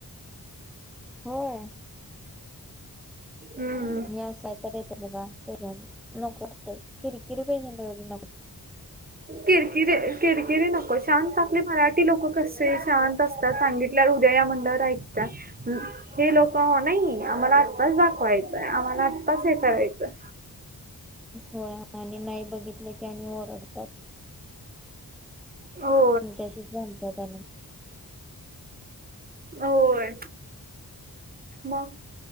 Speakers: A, in the centre; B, on the right.
A: होय!
B: हम्!
A: हे असय तर येते बघा पहिल्यांदाच नको वाटतय किरी किरी पेशंट एवढी नको.
B: किरकिरे किरकिरीे नको शांत आपले मराठी लोक कसे शांत असतात सांगितल्यावर उद्या या म्हटल्यावर ऐकतात. हे लोक नाही आम्हाला आत्ताच दाखवायचंय आम्हाला आत्ताच हे करायचंय.
A: होय आणि नाही बघितले की आणि ओरडतात.
B: हो!
A: तुमच्याशीच भांडतात आणि
B: होय! मग